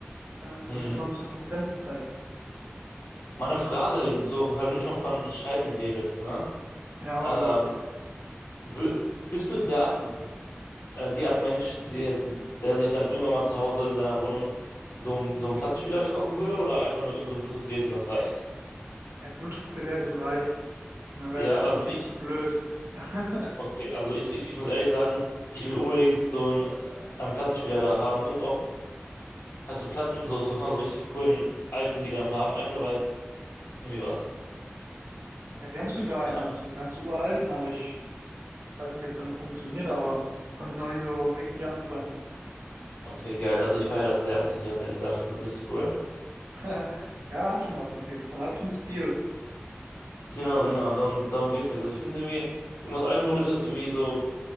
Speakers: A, on the right; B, on the left.
A: ähm,
B: Mhm.
A: damit man ein bisschen Präsenz zeigt.
B: Meine Frage, so, wenn du schon von Scheiben redest, ne?
A: Ja,
B: Ähm,
A: hau raus.
B: Wür- Bist du der Art, äh, die Art Mensch, der, der sich dann irgendwann mal zu Hause in seiner Wohnung so, einen- so einen Plattenspieler kaufen würde oder einfach nur irgend so ein Bluetooth-Gerät und das reicht?
A: Ein Bluetooth-Gerät und reicht. Mir wäre
B: Ja,
A: das, glaube
B: also
A: ich, viel
B: ich,
A: zu blöd. <laughs>
B: okay, also ich, ich, ich muss ehrlich sagen, ich will unbedingt so einen, äh, einen Plattenspieler da haben und auch halt so Platten so, so von so richtig coolen alten Liedern haben, einfach nur weil irgendwie was.
A: Ja, wir haben sogar
B: Keine
A: einen,
B: Ahnung.
A: so einen ganz uralten, aber ich weiß nicht, ob der noch funktioniert, aber konnte ich mir noch nicht so richtig anfreunden.
B: Okay, geil. Also ich feiere das sehr, muss ich dir ganz ehrlich sagen. Ich finde das richtig cool.
A: <laughs> Ja, hat schon was auf jeden Fall, hat schon Stil.
B: Genau, genau. Darum, darum geht es mir so. Ich finde irgendwie, irgendwas Altmodisches irgendwie so